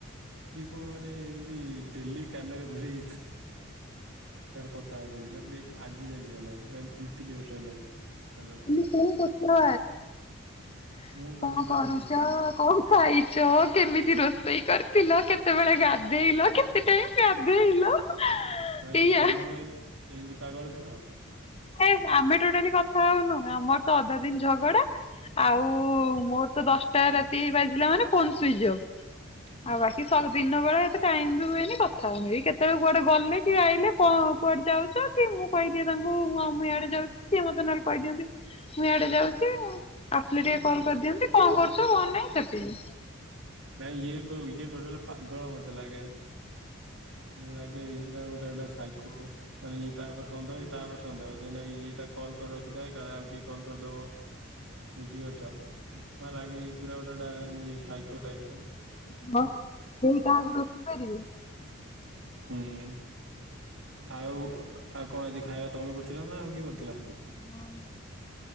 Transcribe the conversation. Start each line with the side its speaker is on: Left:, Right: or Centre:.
Right: ଯିଏ କଣ ମାନେ ଏମିତି ଡେଲି କାନରେ ଭରି ହେଇଚି। ତାର କଥା ହଉଥିବେ ମାନେ ଆଜି ଯାଇକି ହେଲାଣି ମାନେ ଦି ତିନି ବର୍ଷ ହେଲାଣି। ହ୍ୟାଲୋ
Left: ମାନେ କଉ କଥା <unintelligible>
Right: ମୁଁ ବୁଝିପାରୁନି
Left: କଣ କରୁଚ କଣ ଖାଇଛ କେମିତି ରୋଷେଇ କରିଥିଲ କେତେବେଳେ ଗାଧେଇଲ କେତେ ଟାଇମ୍ ଗାଧେଇଲ।
Right: ଭାଉଜ
Left: ଏଇଆ
Right: ତମେ କଣ ଏମିତି ପାଗଳ ଥିଲ।
Left: ହେ ଆମେ ଟୋଟାଲି କଥା ହଉନୁ। ଆମର ତ ଅଧା ଦିନି ଝଗଡା ଆଉ। ମୋର
Right: ହୁଁ
Left: ତ ଦଶଟା ରାତି ବାଜିଲା ମାନେ ଫୋନ ସୁଇଚଅଫ୍
Right: ହୁଁ।
Left: ଆଉ ବାକି ସ ଦିନ ବେଳେ ଏତ।
Right: <unintelligible>
Left: କଥା ହଉନି, କେତେବେଳେ କୁଆଡେ ଗଲେ କି ଆଇଲେ, କଣ କୁଆଡେ ଯାଉଛ କି, ମୁଁ କହିଦିଏ ତାଙ୍କୁ। ହ ହଁ ମୁଁ ଇଆଡେ ଯାଉଛି ସିଏ ମତେ ନହେଲେ କହିଦିଅନ୍ତି ମୁଁ ଇଆଡେ ଯାଉଛି। ଆସିଲେ ଟିକେ
Right: ହଁ
Left: କଲ୍ କରିଦିଅନ୍ତି କଣ କରୁଛ
Right: ହଁ।
Left: କଣ ନାହିଁ ସେତିକି
Right: ନାଇଁ ଇଏ କ ଇଏ ଟୋଟାଲ ପାଗଳ ମତେ ଲାଗେ। ମୁଁ ଲାଗେ ଏଇ ପୁରା ଗୋଟେ ଗୋଟେ ସାଇକୋ। ମାନେ ଇଏ ତାପରେ ସନ୍ଦେହ ଇଏ ତାପରେ ସନ୍ଦହେ ସେଇ ନାଇଁ ଇଏ ତାକୁ କଲ୍ କରି ରଖିଥାଏ କାଳେ ଆଉ କିଏ କଲ୍ କରିଦବ। ବୁଝି ପାରୁଛ ଲାଗେ ପୁରା ଗୋଟା ଗୋଟା ସାଇକୋ ଟାଇପ୍ ର।
Left: ବ କେହି କାହାକୁ ରୋକିପାରିବେ?
Right: ହୁଁ। ଆଉ ଆଉ କଣ ଆଜି ଖାଇବା ତମେ କରୁଥିଲ ନା ଆଉ କିଏ କରିୁଥିଲା।
Left: ହଁ